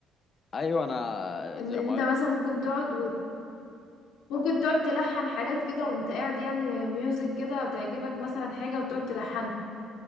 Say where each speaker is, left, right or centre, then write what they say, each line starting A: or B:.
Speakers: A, on the left (about 30°); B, on the left (about 75°).
A: أيوة أنا
B: ان
A: زي
B: انت
A: ما
B: مثلا ممكن تقعد ممكن تقعد تلحن حاجات كده وانت قاعد يعني ميوزك كده تعجبك مثلا حاجة وتقعد تلحنها